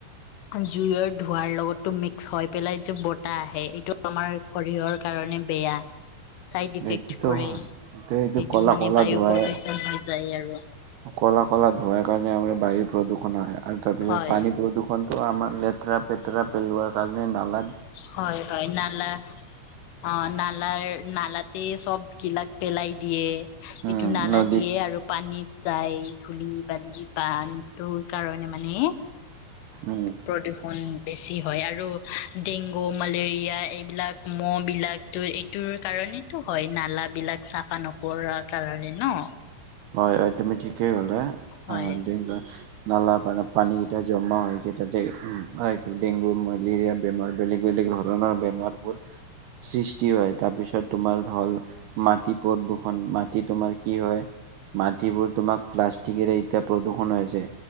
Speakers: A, on the left; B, on the right.
A: জুইৰ ধোঁৱাৰ লগতো মিক্স হৈ পেলাই এই যে বতাহ আহে এইটো আমাৰ শৰীৰৰ কাৰণে বেয়া। চাইড
B: সেইটোতো
A: ইফেক্ট কৰে
B: হয়
A: এইটো
B: কলা
A: মানে
B: কলা
A: বায়ু
B: ধোৱাই
A: প্ৰদূষন হৈ যায় আৰু।
B: কলা কলা ধুৱাৰ কাৰণে আমাৰ বায়ু প্ৰদূষণ হয়। আৰু তাৰপিছত
A: হয়
B: পানী প্ৰদূষণটো আমাৰ লেতেৰা পেতেৰা পেলোৱাৰ কাৰণে নালা
A: হয় হয় নালা অ নালা নাল এ চব গিলাক পেলাই দিয়ে। এইটো
B: উম
A: নালা
B: নদী
A: দিয়ে আৰু পানীত যাই ধূলি বালি পানটোৰ কাৰণে মানে
B: উম
A: প্ৰদূষণ বেছি। বেছি হয় আৰু ডেংগু মেলেৰিয়া এইবিলাক ম বিলাকো এইটোৰ কাৰণেতো হয় নালা বিলাক চাফা নকৰাৰ কাৰণে ন?
B: হয় তুমি ঠিকেই ভাবা।
A: হয়
B: অ ডেং নালা পান পানীকেইটা জমা হয়কেই তাতে হয়টো ডেংগু মেলেৰিয়া বেমাৰ বেলেগ বেলেগ ধৰণৰ বেমাৰবোৰ সৃষ্টি হয় তাৰ পিছত তোমাৰ হল মাটি প্ৰদূষণ মাটি তোমাৰ কি হয় মাটিবোৰ তোমাক প্লাষ্টিকেৰে এতিয়া প্ৰদূষণ হৈছে।